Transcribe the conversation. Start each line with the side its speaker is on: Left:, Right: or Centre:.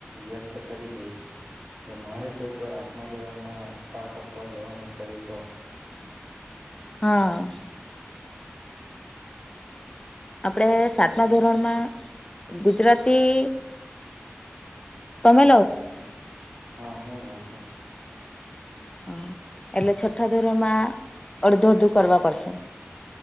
Right: વ્યસ્ત કરી દઈશ ને મારે કોઈક વાર આઠમા ધોરણમાં પાઠ આપવા જવાનું થયું તો
Left: હા આપણે સાતમા ધોરણમાં ગુજરાતી તમે
Right: હા હું લઉં છું
Left: હ એટલે છઠ્ઠા ધોરણ માં અડધું અડધું કરવા પડશે